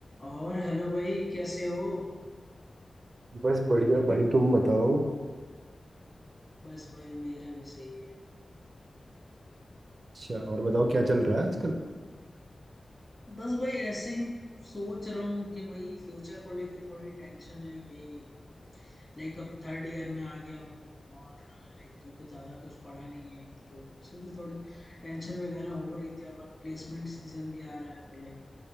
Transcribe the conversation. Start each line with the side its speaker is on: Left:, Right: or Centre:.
Left: और हेलो भाई कैसे हो
Right: बस बढ़िया भाई तुम बताओ
Left: बस भाई मेरा भी सही है
Right: अच्छा और बताओ क्या चल रहा है आजकल
Left: बस भाई ऐसे ही सोच रहा हूँ कि भाई फ्यूचर को लेके थोड़ी टेंशन है कि लाइक अब थर्ड ईयर में आ गया हूँ और लाइक कुछ ज्यादा कुछ पढ़ा नहीं है तो उसी की थोड़ी टेंशन वगैरह हो रही थी अब अब प्लेसमेंट सीजन भी आ रहा है तो लाइक